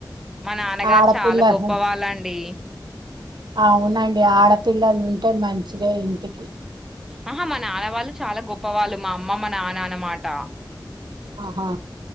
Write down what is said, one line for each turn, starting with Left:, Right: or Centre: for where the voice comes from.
Centre: మా నాన్నగారు
Right: ఆడపిల్లలు
Centre: చాలా గొప్ప వాళ్ళండి.
Right: అవునండి ఆడపిల్లలు ఉంటే మంచిదే ఇంటికి
Centre: ఆహా మా నాన్న వాళ్ళు చాలా గొప్పవాళ్ళు, మా అమ్మ మా నాన్న అన్నమాట.
Right: ఆహా